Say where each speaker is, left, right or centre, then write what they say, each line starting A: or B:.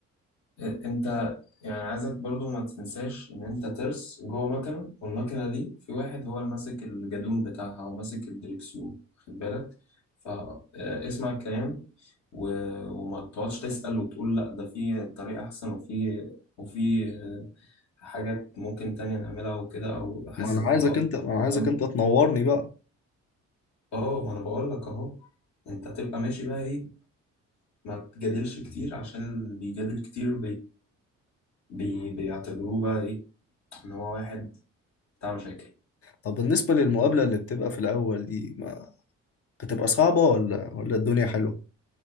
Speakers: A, on the left; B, on the left.
A: آه، انت يعني عايزك برضو ما تنساش ان انت ترس جوه مكنه والمكنه دي في واحد هو اللي ماسك الجدون بتاعها او ماسك الدركسيون خد بالك فاسمع الكلام و- وما تقعدش تسأل وتقول لا ده في طريقة احسن وفي وفي آه، حاجات ممكن تانية نعملها وكده او حاسس
B: ما انا
A: ان
B: عايزك
A: الموضوع
B: انت ما
A: ده
B: انا عايزك انت تنورني بقى
A: اه ما انا بقول لك اهو انت تبقى ماشي بقى ايه ما تجادلش كتير عشان اللي بيجادل كتير بي بيعتبروه بقى ايه ان هو واحد بتاع مشاكل
B: طب بالنسبه للمقابله اللي بتبقى في الاول دي ما بتبقى صعبه ولا ولا الدنيا حلوه